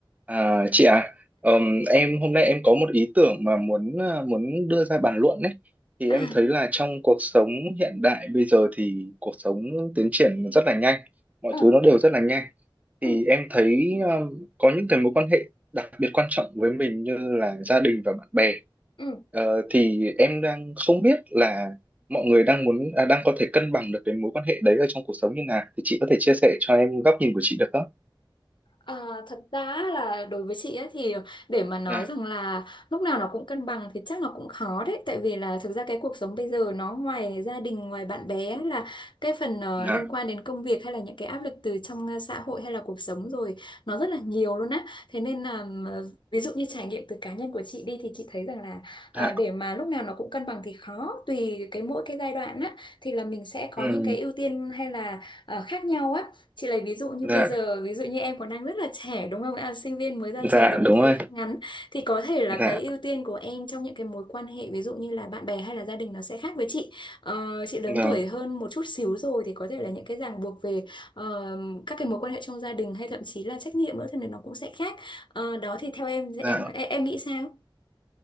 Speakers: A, on the right (about 15°); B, on the left (about 65°).
A: À, chị à, ờm, em hôm nay em có một ý tưởng mà muốn à, muốn đưa ra bàn luận đấy. Thì
B: À,
A: em thấy là trong cuộc sống hiện đại bây giờ thì cuộc sống tiến triển rất là nhanh, mọi
B: ừ,
A: thứ nó đều rất là nhanh.
B: ừ,
A: Thì em thấy ờm, có những cái mối quan hệ đặc biệt quan trọng với mình như là gia đình và bạn bè.
B: ừ.
A: Ờ, thì em đang không biết là mọi người đang muốn à, đang có thể cân bằng được cái mối quan hệ đấy ở trong cuộc sống như nào. Thì chị có thể chia sẻ cho em góc nhìn của chị được không?
B: À, thật ra là đối với chị ấy thì để mà nói
A: Dạ,
B: rằng là lúc nào nó cũng cân bằng thì chắc nó cũng khó đấy tại vì là thực ra cái cuộc sống bây giờ nó ngoài gia đình ngoài bạn bè ấy là cái phần ờ,
A: dạ,
B: liên quan đến công việc hay là những cái áp lực từ trong ờ, xã hội hay là cuộc sống rồi nó rất là nhiều luôn á thế nên là ờ, ví dụ như trải nghiệm từ cá nhân của chị đi thì chị thấy rằng là ờ,
A: dạ.
B: để mà lúc nào nó cũng cân bằng thì khó tùy cái mỗi cái giai đoạn á thì là mình sẽ có
A: Ừ,
B: những cái ưu tiên hay là ờ, khác nhau á Chị lấy ví dụ như
A: dạ
B: bây giờ, ví dụ như em còn đang rất là trẻ đúng không ạ? Sinh viên mới ra
A: dạ
B: trường được một
A: đúng
B: thời
A: rồi
B: gian ngắn thì có thể là
A: dạ
B: cái ưu tiên của em trong những cái mối quan hệ ví dụ như là bạn bè hay là gia đình nó sẽ khác với chị. Ờ, chị lớn
A: vâng
B: tuổi hơn một chút xíu rồi thì có thể là những cái ràng buộc về ờ, các cái mối quan hệ trong gia đình hay thậm chí là trách nhiệm nữa thì nó cũng sẽ khác. Ờ, đó thì theo em
A: dạ
B: em em, em nghĩ sao?